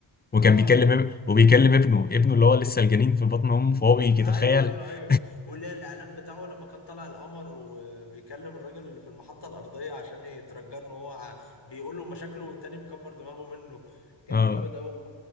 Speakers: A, on the left; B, on the left.
A: وكان
B: اه
A: بيكلم اب- وبيكلم ابنه ابنه اللي هو لسه الجنين في بطن امه فهو بيتخيل
B: آه، ايوه ايوه
A: <laughs>
B: ايوه واللي هي الاعلان بتاعه لما كان طالع القمر وبيكلم الراجل اللي في المحطه الارضيه عشان يترجى له هو ع- بيقول له مشاكله والتاني مكبر دماغه منه كان
A: اه
B: جامد قوي